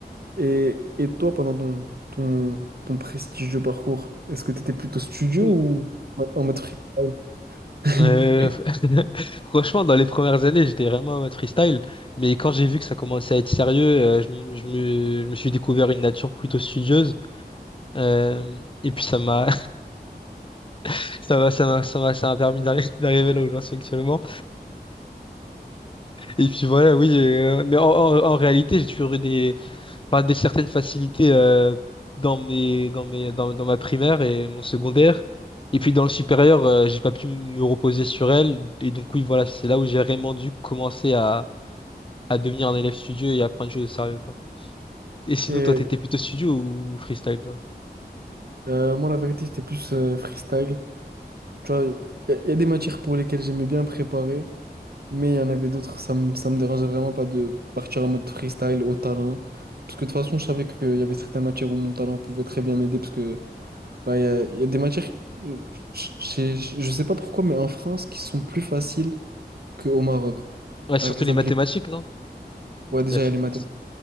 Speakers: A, on the right; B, on the left.
A: Et, et toi, pendant ton, ton, ton prestigieux parcours, est-ce que tu étais plutôt studio
B: Mm.
A: ou ouais, en mode freestyle? <laughs>
B: Euh, <laughs> franchement, dans les premières années, j'étais vraiment en mode freestyle, mais quand j'ai vu que ça commençait à être sérieux, euh, je, me, je me je me suis découvert une nature plutôt studieuse, euh, et puis ça m'a, <laughs> ça m'a, ça m'a, ça m'a, ça m'a permis d'arri- d'arriver là où j'en suis actuellement. Et puis voilà, oui, euh, mais en, en- en réalité, j'ai toujours eu des, enfin des certaines facilités euh, dans mes dans mes dans, dans ma primaire et mon secondaire et puis dans le supérieur euh, j'ai pas pu me reposer sur elle et donc oui voilà c'est là où j'ai vraiment dû commencer à à devenir un élève studieux et à prendre les choses au sérieux quoi et sinon
A: Et
B: toi t'étais plutôt studio ou freestyle toi
A: euh, moi, la vérité, j'étais plus euh, freestyle. Tu vois, il y, a y a des matières pour lesquelles j'aimais bien préparer, mais il y en avait d'autres, ça me, ça me dérangeait vraiment pas de partir en mode freestyle au talent. Parce que de toute façon, je savais qu'il y avait certaines matières où mon talent pouvait très bien m'aider, parce que bah, il y a, y a des matières, euh, je, je, je sais pas pourquoi, mais en France, qui sont plus faciles qu'au Maroc.
B: ouais
A: Par
B: surtout
A: exemple,
B: les mathématiques
A: les-
B: non
A: ouais, déjà,
B: la physique
A: il y a les mathém-